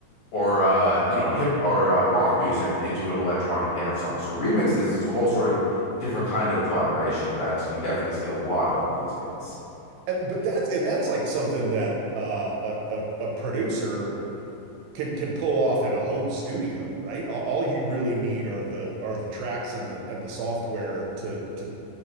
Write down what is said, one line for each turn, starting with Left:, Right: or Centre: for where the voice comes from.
Left: or uh, you know hip or uh, rock music into an electronic dance song. So remixes is a whole sort of different kind of collaboration that you definitely see a lot of these days.
Right: And, but that's and that's like something that uh, a, a a producer can can pull off in a home studio, right? All, all you really need are the are the tracks and the and the software to to